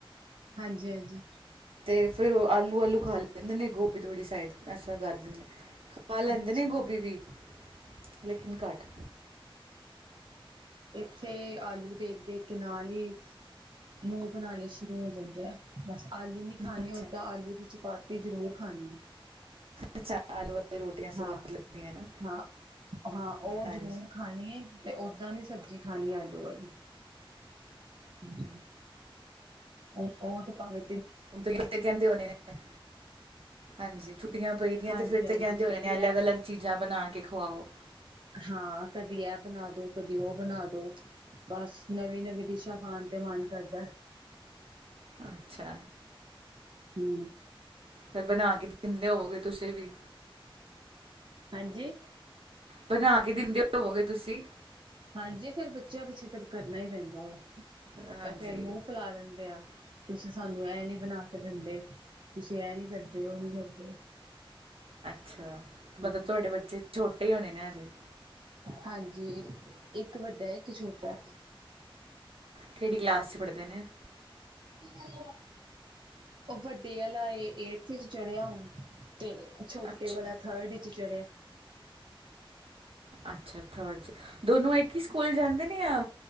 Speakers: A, on the right (about 60°); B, on the right (about 80°).
A: ਹਾਂਜੀ ਹਾਂਜੀ।
B: ਤੇ ਫੇਰ ਉਹ ਆਲੂ ਆਲੂ ਖਾ ਲੈਂਦੇ ਨੇ ਗੋਭੀ ਧੋੜੀ ਸਾਈਡ ਅਸਰ ਕਰਦੀ <unintelligible> ਖਾ ਲੈਂਦੇ
A: ਅੱਛਾ
B: ਨੇ ਗੋਭੀ ਵੀ ਲੇਕਿਨ ਘੱਟ
A: ਇੱਥੇ ਆਲੂ ਦੇਖ ਦੇਖ ਕੇ ਨਾਲ ਹੀ ਮੂੰਹ ਬਣਾਉਣੇ ਸ਼ੁਰੂ ਹੋ ਜਾਂਦੇ ਆ ਬਸ। ਆਲੂ ਨੀ ਖਾਣੇ
B: ਅੱਛਾ
A: ਓਦਾਂ ਆਲੂ ਦੀ ਚਪਾਤੀ ਤੇ ਜ਼ਰੂਰ ਖਾਣੀ ਆ।
B: ਅੱਛਾ ਆਲੂ ਵਾਲੀ ਰੋਟੀਆਂ ਸਵਾਦ
A: ਹਾਂ
B: ਲੱਗਦੀਆਂ ਨਾ
A: ਹਾਂ ਹਾਂ ਉਹ
B: ਹਾਂਜੀ
A: ਜ਼ਰੂਰ ਖਾਣੀ ਹੈ ਤੇ ਓਦਾਂ ਦੀ ਸਬਜ਼ੀ ਖਾਣੀ ਆਲੂ ਆਲੀ। <inaudible> ਉਹ ਉਹ ਤੇ ਪਾਵੇ
B: ਫੇਰ ਤੇ ਕਹਿੰਦੇ ਹੋਨੇ ਨੇ, ਹਾਂਜੀ ਛੁੱਟੀਆਂ ਪਈਦੀਆਂ
A: ਹਾਂਜੀ
B: ਤੇ ਫਿਰ
A: ਹਾਂਜੀ
B: ਤੇ ਕਹਿੰਦੇ ਹੋਣੇ
A: ਕਦੀ
B: ਨੇ ਅਲੱਗ-ਅਲੱਗ
A: ਇਹ
B: ਚੀਜ਼ਾਂ ਬਣਾ ਕੇ ਖੁਵਾਓ।
A: ਹਾਂ ਕਦੀ ਇਹ ਬਣਾ ਦੋ, ਕਦੀ ਔਹ ਬਣਾ ਦੋ, ਬਸ ਨਵੀਂ -ਨਵੀਂ ਡਿਸ਼ਾਂ ਖਾਣ ਤੇ ਮਨ ਕਰਦਾ।
B: ਅੱਛਾ।
A: ਹੂੰ
B: ਫੇਰ ਬਣਾ ਕੇ ਦਿੰਦੇ ਹੋਵੋਗੇ ਤੁਸੀਂ ਵੀ
A: <inaudible> ਹਾਂਜੀ
B: ਬਣਾ ਕੇ ਦਿੰਦੇ ਹੋਵੋਗੇ ਤੁਸੀਂ।
A: ਹਾਂਜੀ ਫਿਰ ਬੱਚਿਆਂ ਪਿੱਛੇ ਤਾਂ ਕਰਨਾ ਹੀ ਪੈਂਦਾ ਏਹ।
B: ਹਾਂਜੀ
A: ਤਾਂ ਫੇਰ ਮੂੰਹ ਫੈਲਾ ਲੈਂਦੇ ਆ। ਤੁਸੀਂ ਸਾਨੂੰ ਏਹ ਨੀ ਬਣਾ ਕੇ ਦਿੰਦੇ। ਤੁਸੀ ਏਹ ਨੀ ਕਰਦੇ, ਔਹ ਨੀ ਕਰਦੇ।
B: ਅੱਛਾ, ਮਤਲਬ
A: ਹਾਂ
B: ਤੁਹਾਡੇ ਬੱਚੇ ਛੋਟੇ ਹੀ ਹੋਣੇ ਨੇ ਹਜੇ।
A: ਹਾਂਜੀ, ਇੱਕ ਵੱਡਾ, ਇੱਕ ਛੋਟਾ।
B: ਕਿਹੜੀ ਕਲਾਸ ਚ ਪੜ੍ਹਦੇ ਨੇ।
A: <inaudible> ਉਹ ਵੱਡੇ ਆਲਾ ਏ ਏਟਥ ਚੱ ਚੜਿਆ ਹੁਣ। ਤੇ ਛੋਟੇ
B: ਅੱਛਾ
A: ਵਾਲਾ ਥਰਡ ਚੱ ਚੜਿਆ।
B: ਅੱਛਾ ਥਰਡ ਚ, ਦੋਨੋ ਇੱਕ ਹੀ ਸਕੂਲ ਜਾਂਦੇ ਨੇ ਯਾ